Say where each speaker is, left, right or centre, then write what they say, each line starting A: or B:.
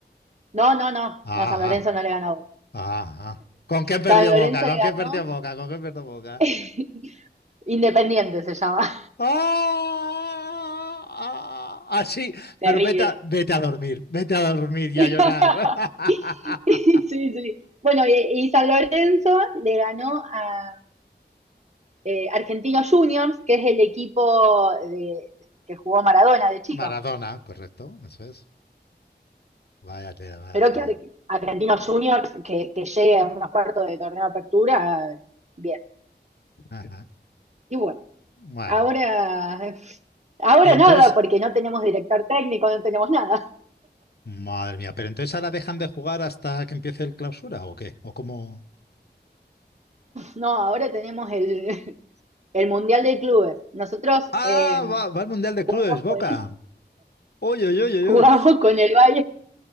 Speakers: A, on the right; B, on the left.
A: No, no, no,
B: Ah,
A: no, San Lorenzo
B: ah,
A: no le ganó a Boca.
B: ah, ah. ¿Con quién perdió
A: San Lorenzo
B: Boca? ¿Con
A: le ganó
B: quién perdió Boca? ¿Con quién perdió Boca?
A: <laughs> Independiente se llama.
B: ¡Ah! Ah, ah, sí,
A: Terrible.
B: pero vete a, vete a dormir, vete a dormir y
A: <laughs>
B: a llorar. <laughs>
A: sí, sí. Bueno, y, y San Lorenzo le ganó a eh, Argentinos Juniors, que es el equipo de, que jugó Maradona de chico.
B: Maradona, correcto, eso es. Vaya tela, vaya
A: Pero
B: tela.
A: que Ar Argentinos Juniors, que, que llegue a unos cuartos de torneo de apertura, bien.
B: Ajá.
A: Y bueno,
B: Bueno.
A: ahora, ahora
B: Y entonces,
A: nada, porque no tenemos director técnico, no tenemos nada.
B: madre mía, pero entonces ahora dejan de jugar hasta que empiece el clausura o qué? ¿O cómo?
A: No, ahora tenemos el, el Mundial de Clubes. Nosotros
B: Ah,
A: eh,
B: va, va al Mundial de
A: jugamos,
B: Clubes, Boca.
A: con,
B: Uy, uy, uy, uy,
A: jugamos
B: uy.
A: con el Bayern,